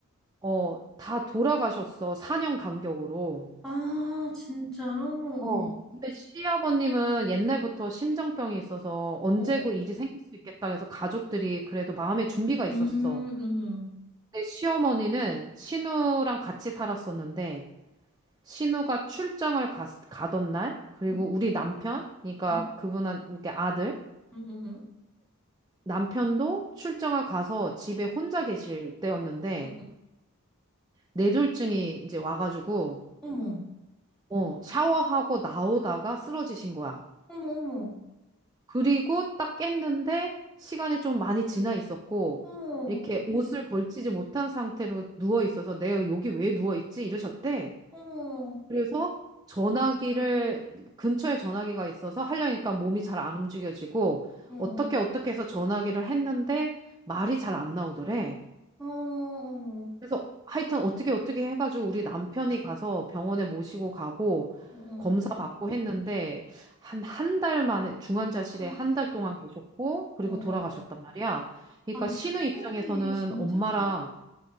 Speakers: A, on the right (about 20°); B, in the centre.
A: 어, 다 돌아가셨어. 4년 간격으로.
B: 아, 진짜로?
A: 어. 근데 시아버님은 옛날부터 심장병이 있어서 언제고
B: 어, 어, 어.
A: 일이 생길 수 있겠다 해서 가족들이 그래도 마음의 준비가 있었어.
B: 음, 음,
A: 내 시어머니는 신우랑 같이 살았었는데 신우가 출장을 가, 가던 날 그리고
B: 음,
A: 우리 남편 그러니까
B: 음,
A: 그분한 그러니까 아들
B: 음, 음, 음, 음,
A: 남편도 출장을 가서 집에 혼자 계실 때였는데
B: 음,
A: 뇌졸중이 이제 와가지고
B: 어머,
A: 어, 샤워하고 나오다가 쓰러지신 거야.
B: 어머, 어머,
A: 그리고 딱 깼는데 시간이 좀 많이 지나 있었고
B: 어머,
A: 이렇게
B: 어떡해.
A: 옷을 걸치지 못한 상태로 누워 있어서 내가 여기 왜 누워 있지? 이러셨대.
B: 어머,
A: 그래서 전화기를 근처에 전화기가 있어서 하려니까 몸이 잘 안 움직여지고
B: 어,
A: 어떻게 어떻게 해서 전화기를 했는데 말이 잘 안 나오더래.
B: 어, 어,
A: 그래서 하여튼 어떻게 어떻게 해가지고 우리 남편이 가서 병원에 모시고 가고
B: 어, 어.
A: 검사 받고 했는데 한 한 달 만에 중환자실에
B: 하,
A: 한 달 동안 계셨고 그리고
B: 어.
A: 돌아가셨단 말이야. 그러니까
B: 아, 근데
A: 신우
B: 충격이
A: 입장에서는
B: 진짜
A: 엄마랑
B: 크겠다.